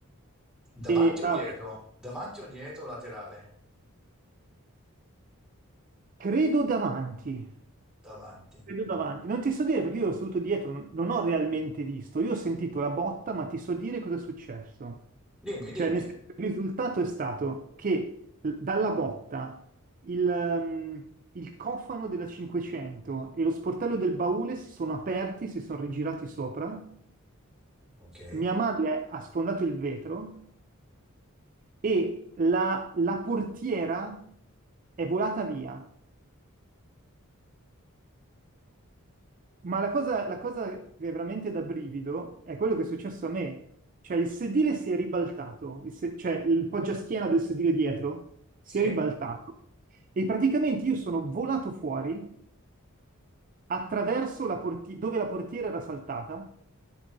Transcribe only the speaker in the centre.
Davanti
o
dietro? Davanti o dietro o laterale?
davanti.
Mm.
Dimmi,
dimmi.
Ok.
Sì?